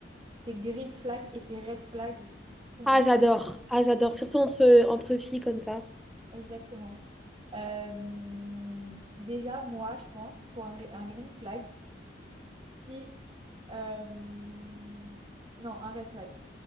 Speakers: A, on the right; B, in the centre.
A: Tes green flags et tes red flags. Faut-
B: Ah,
A: bon,
B: j'adore. Ah, j'adore. Surtout entre, entre filles comme ça.
A: exactement. Euh, déjà, moi, je pense, pour un, un green flag, si... euh, non, un red flag.